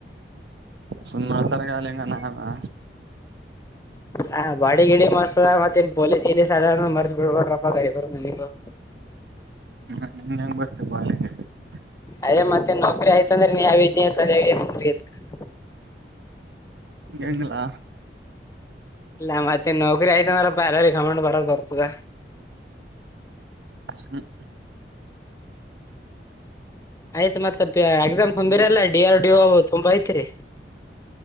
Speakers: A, on the right (about 80°); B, on the left (about 15°).
A: ಸುಮ್ಮ ಹೇಳ್ತಾರಾ ಹಂಗೆ ಹವಾ
B: ಹಾ ಬಾಡಿ ಗಿಡಿ ಮಸ್ತ್ ಆದ ಮತ್ತ ಇನ್ ಪೊಲೀಸ್ ಗಿಲೀಸ್ ಅದ ಮರ್ತು ಬಿಡು ಬ್ಯಾಡ್ರಪ್ಪ <unintelligible>
A: ಹ್ಮ ನಿಂಗೆ ಹೆಂಗ್ ಮರೆತಿವೆ <unintelligible>
B: ಅದೇ ಮತ್ತೆ ನೌಕರಿ ಆಯತ ಅಂದ್ರೆ ನೀ ಯಾವ ಇದ್ದಿ <unintelligible>
A: ಎಂಗ್ ಲಾ.
B: ಇಲ್ಲ ಮತ್ತೆ ನೌಕರಿ ಆಯ್ತು ಅಂದ್ರ ಪಾಲ ಗಮಾಂಡ ಬರೋದು ಬರ್ತದ
A: ಹ್ಮ್
B: ಆಯ್ತ್ ಮತ್ತ ಎಕ್ಸಾಮ್ ತುಂಬಿರಲ್ಲ ಡಿ ಆರ್ ಡಿ ಒ ತುಂಬಾ ಐತ್ತಿರಿ.